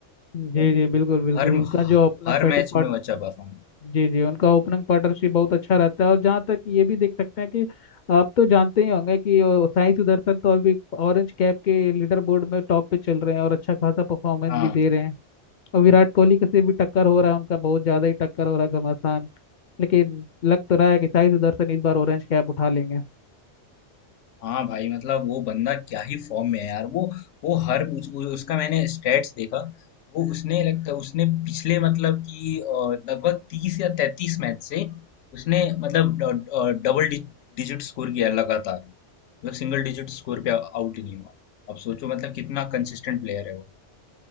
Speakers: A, on the left; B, on the left.
A: जी
B: तो
A: जी बिल्कुल बिल्कुल
B: हर
A: उसका जो अपना
B: हर
A: पैटर्न
B: मैच में वो अच्छा परफॉर्मेंस
A: जी जी उनका ओपनिंग पार्टनरशिप बहुत अच्छा रहता है और जहाँ तक ये भी देख सकते हैं कि आप तो जानते ही होंगे कि अ, साई सुदर्शन तो अभी ऑरेंज कैप के लीडर बोर्ड में टॉप पे चल रहे हैं और अच्छा खासा परफॉर्मेंस
B: हाँ
A: भी दे रहे हैं और विराट कोहली के से भी टक्कर हो रहा है उनका बहुत ज़्यादा ही टक्कर हो रहा है घमासान लेकिन लग तो रहा है कि साई सुदर्शन इस बार ऑरेंज कैप उठा लेंगे
B: हाँ भाई मतलब वो बंदा क्या ही फॉर्म में है यार वो वो हर उस, उ- उसका मैंने स्टेट्स देखा वो उसने लगता उसने पिछले मतलब कि अ, लगभग तीस या तैतीस मैच से उसने मतलब ड- अ, डबल डि, डिजिट स्कोर किया लगातार मतलब सिंगल डिजिट स्कोर पे आउट ही नहीं हुआ अब सोचो मतलब कितना कंसिस्टेंट प्लेयर है वो